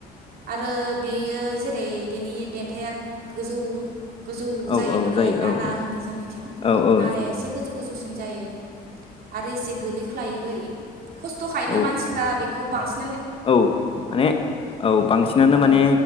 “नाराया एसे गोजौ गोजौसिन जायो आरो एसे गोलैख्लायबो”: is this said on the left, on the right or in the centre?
Right